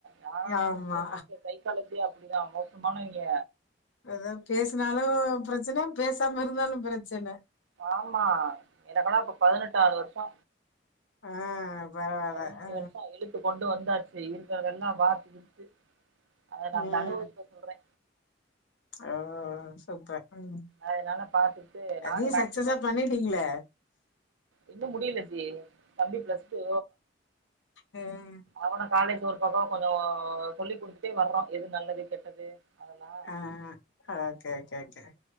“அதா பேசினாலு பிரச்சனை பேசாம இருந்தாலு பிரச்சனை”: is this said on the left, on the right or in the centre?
Left